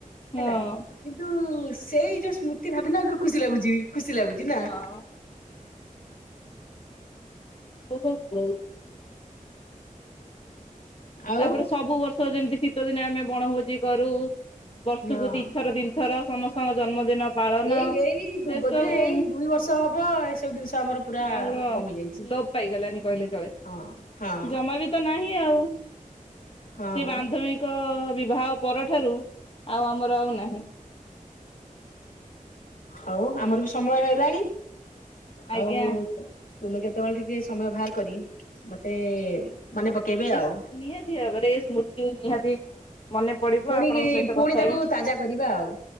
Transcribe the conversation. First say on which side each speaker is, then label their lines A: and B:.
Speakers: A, on the left; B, on the left.
A: ହଁ
B: ହେଲା କିନ୍ତୁ ସେଇ ଯେଉଁ ସ୍ମୃତି ଭାବିଲା ବେଳକୁ ଖୁସି ଲାଗୁଛି ଖୁସି ଲାଗୁଛି ନାଁ।
A: ହଁଅ। ବହୁତ ବହୁତ।
B: ଆଉ
A: ତାପରେ ସବୁବର୍ଷ ଯେମିତି ଶୀତ ଦିନେ ଆମେ ବଣଭୋଜି କରୁ ବର୍ଷକୁ
B: ହଁ
A: ଦି ଥର ତିନି ଥର ସମସ୍ତଙ୍କ ଜନ୍ମଦିନ ପାଳନ
B: ଏଇ ଏଇ
A: ସେ
B: ବୋଧେ
A: ସବୁ
B: ଏଇ ଦୁଇ ବର୍ଷ ହବ ଏସବୁ ଜିନିଷ ଆମର ପୁରା
A: ଆଉ ର
B: କମି ଯାଇଛି।
A: ଲୋପ ପାଇଗଲାଣୀ କହିଲେ ଚଳେ।
B: ହଁ ହଁ
A: ଜମା ବି ତ ନାହିଁ ଆଉଁ।
B: ହଁ
A: ସେ ବାନ୍ଧବିକ ବିବାହ ପରଠାରୁ ଆଉଁ ଆମରଆଉ ନାହିଁ।
B: ହଉଁ ଆମର ବି ସମୟ ହେଲାଣି।
A: ଆଜ୍ଞା।
B: ଆଉ ତୁମେ ଯେତେବେଳେ ଟିକେ ସମୟ ବାହାର କରି ମତେ ମନେ ପକେଇବେ
A: ଏସଁ
B: ଆଉ
A: ନିହାତୀ ଭାବରେ ଏସୁର୍ମୃତି ନିହାତିି ମନେ ପଡିବ
B: ପୁଣି
A: ଆପଣଙ୍କ ସହିତ
B: ପୁଣି
A: କଥାହେବି।
B: ତାକୁ ତାଜା କରିବା ଆଉ